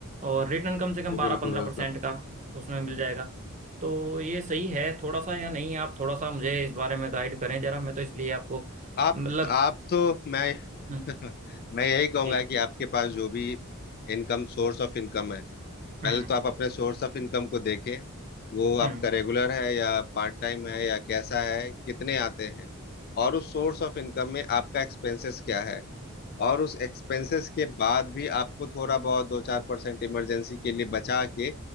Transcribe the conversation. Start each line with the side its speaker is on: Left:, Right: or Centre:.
Right: और रिटर्न कम से कम
Left: जी
Right: बारह
Left: बिल्कुल
Right: पंद्रह
Left: बिल्कुल
Right: परसेंट का उसमें मिल जाएगा तो ये सही है थोड़ा सा या नहीं आप थोड़ा सा मुझे इस बारे में गाइड करें जरा मैं तो इसलिए आपको
Left: आप
Right: मतलब
Left: आप तो मैं
Right: हम्म
Left: <laughs> मैं यही कहूंगा
Right: जी
Left: कि आपके पास जो भी इनकम सोर्स ऑफ इनकम है पहले
Right: हम्म
Left: तो आप अपने सोर्स ऑफ इनकम को देखें वो
Right: हम्म
Left: आपका रेगुलर है या पार्ट टाइम है या कैसा है कितने आते हैं और उस सोर्स ऑफ इनकम में आपका एक्सपेंसेस क्या है और उस एक्सपेंसेस के बाद भी आपको थोड़ा बहुत दो चार परसेंट इमरजेंसी के लिए बचा के